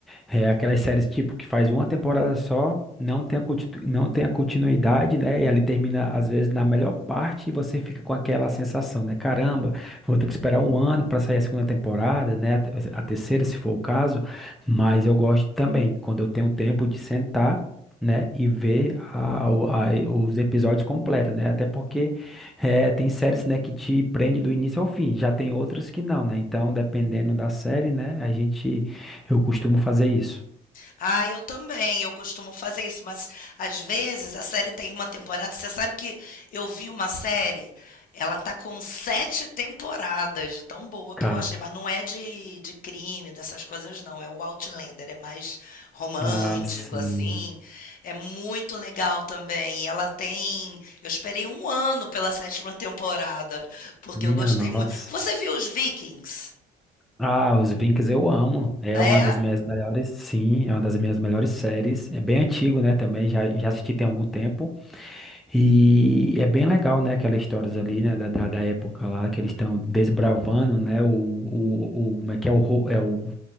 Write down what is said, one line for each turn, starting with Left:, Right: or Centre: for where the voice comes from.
Centre: é aquelas séries tipo que faz uma temporada só, não tem a, continu- não tem a continuidade, né? E ali termina, às vezes, na melhor parte e você fica com aquela sensação, né? Caramba, vou ter que esperar um ano para sair a segunda temporada, né? A te- a terceira, se for o caso. Mas eu gosto também, quando eu tenho tempo de sentar, né? E ver a- o- a- os episódios completos, né? Até porque. É, tem séries, né, que te prende do início ao fim, já tem outras que não, né? Então, dependendo da série, né, a gente, eu costumo fazer isso.
Left: Ah, eu também, eu costumo fazer isso, mas às vezes a série tem uma temporada. Você sabe que eu vi uma série, ela tá com sete temporadas, de tão boa que
Centre: Cara,
Left: eu achei, mas não é de, de crime, dessas coisas, não. É o Outlander, é mais romântico,
Centre: ah, sim,
Left: assim. É muito legal também. E ela tem. Eu esperei um ano pela sétima temporada, porque
Centre: minha
Left: eu gostei
Centre: nossa.
Left: muito. Você viu os Vikings?
Centre: Ah, os Vikings eu amo, é
Left: É,
Centre: uma das minhas melhores, sim, é uma das minhas melhores séries, é bem antigo, né, também, já, já assisti tem algum tempo, e é bem legal, né, aquelas histórias ali, né, da, da, da época lá, que eles estão desbravando, né, o, o, o, como é que é, o, ro- é o